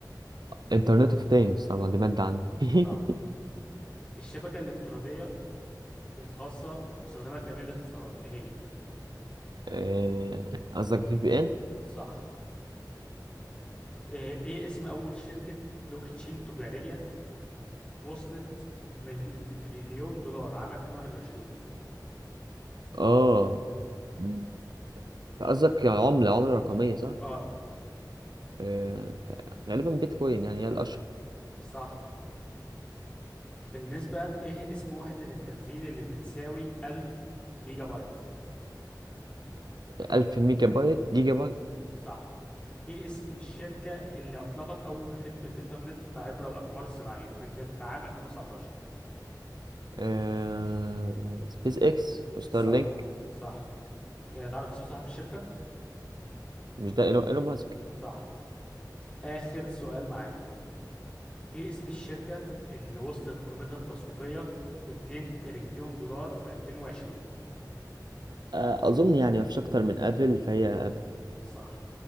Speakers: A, on the right (about 70°); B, on the left (about 15°).
A: انترنت اوف ثينجز طبعا دي مادة عندي <laughs>
B: صح الشبكة الافتراضية الخاصة المستخدمة لتأمين الاتصالات إيه هي
A: آه، قصدك في بي ان
B: صح إيه, إيه اسم أول شركة بلوك تشين تجارية وصلت لمل- لتريليون دولار عام 2021
A: اه مم. قصدك يعني عملة عملة رقمية صح
B: اه
A: آه، غالبا بيتكوين يعني هي الأشهر
B: صح بالنسبة ايه اسم وحدة التخزين اللي بتساوي 1000 ميجا بايت
A: 1000 ميجا بايت جيجا بايت
B: صح ايه اسم الشركة اللي اطلقت اول خدمة انترنت عبر الاقمار الصناعية كانت في عام 2019
A: آه، سبيس اكس وستار
B: صح
A: لينك
B: صح يعني تعرف اسم صاحب الشركة
A: مش ده ايلون إيلون ماسك
B: صح اخر سؤال معانا ايه اسم الشركة اللي وصلت قيمتها التسويقية 2 تريليون دولار في 2020
A: آه، اظن يعني ما فيش اكتر من ابل فهي ابل
B: صح